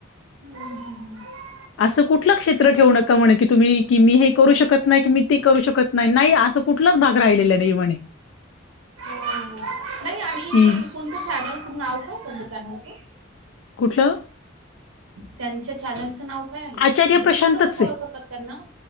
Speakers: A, on the right; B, on the left.
A: ह ह ह.
B: असं कुठल क्षेत्र ठेवू नका म्हणे की तुम्ही की मी हे करू शकत नाही की मी ते करू शकत नाही. अस कुठलाच भाग राहिलेला नाही म्हणे
A: हो नाही आणि
B: की
A: ते कोणतं चॅनल खुप नाव काय तुच्या चॅनलचे?
B: कुठलं?
A: त्यांच्या चॅनलचं नाव का नाव काय आहे?
B: आचार्य प्रशांतच
A: तुम्ही कसं फॉलो
B: आहे.
A: करता त्यांना?